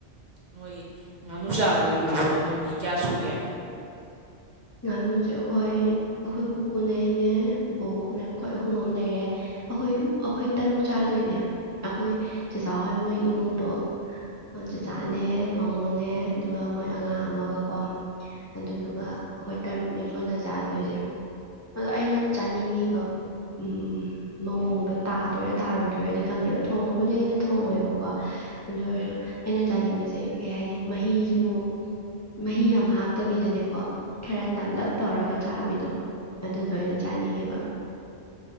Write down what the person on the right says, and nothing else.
ꯅꯣꯏ ꯉꯥꯅꯨ ꯆꯥꯗꯣꯏꯗꯨꯕꯣ ꯅꯣꯏ ꯃꯤ ꯀꯌꯥ ꯁꯨꯒꯦ